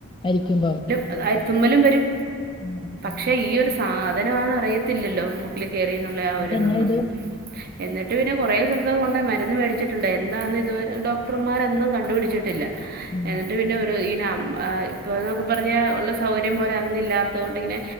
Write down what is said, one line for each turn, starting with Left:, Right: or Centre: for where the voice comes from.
Left: അരിക്കുമ്പം
Right: ആഹ് തുമ്മലും വരും
Left: ഉം ഉം ഉം
Right: ക്ഷെ ഈ ഒരു സാധനമാന്ന് അറിയത്തില്ലല്ലോ മൂക്കില് കേറീന്നുള്ള ആ ഒര്തൊന്നും
Left: അതെന്നാ ചെയ്തു?
Right: എന്നിട്ട് പിന്നെ കുറേ സ്ഥലത്ത് കൊണ്ട് മരുന്ന് മേടിച്ചിട്ടുണ്ട് എന്താന്ന് ഇതുവരെ ഡോ ക്ടർമാരൊന്നും കണ്ടുപിടിച്ചിട്ടില്ല
Left: ഉം
Right: ഇന്നട്ട് പിന്നെ ഒരു ഇന ഇപ്പനോക്കു പറഞ്ഞ ഉള്ള സൗകര്യം പോലെ അന്ന്ല്ലാത്തോണ്ട്ങ്ങനെ